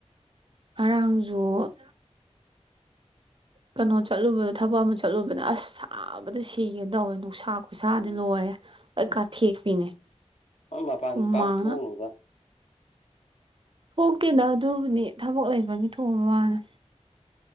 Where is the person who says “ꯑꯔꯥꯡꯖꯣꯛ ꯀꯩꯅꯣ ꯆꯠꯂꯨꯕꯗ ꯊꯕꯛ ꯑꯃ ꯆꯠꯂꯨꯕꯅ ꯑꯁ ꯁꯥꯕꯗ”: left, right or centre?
Right